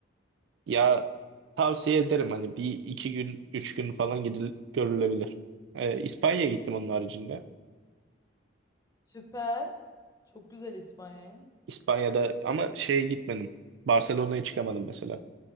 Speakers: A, on the right; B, on the left.
A: Ya tavsiye ederim hani bir iki gün üç gün falan gidil görülebilir. E, İspanya'ya gittim onun haricinde.
B: Süper. Çok güzel İspanya'ya.
A: İspanya'da ama şeye gitmedim. Barcelona'ya çıkamadım mesela.